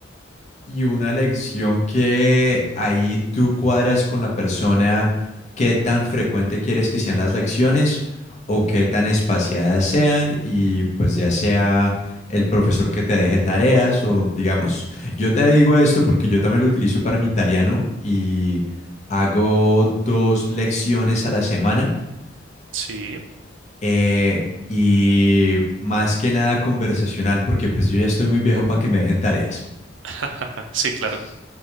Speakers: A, on the left; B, on the right.
A: Y una lección que ahí tú cuadras con la persona, qué tan frecuente quieres que sean las lecciones o qué tan espaciadas sean y pues ya sea el profesor que te deje tareas o digamos, yo te digo esto porque yo también lo utilizo para mi italiano y hago dos lecciones a la semana
B: Sí,
A: eh, y más que nada conversacional porque pues yo ya estoy muy viejo para que me dejen tareas.
B: <laughs> sí, claro.
A: S-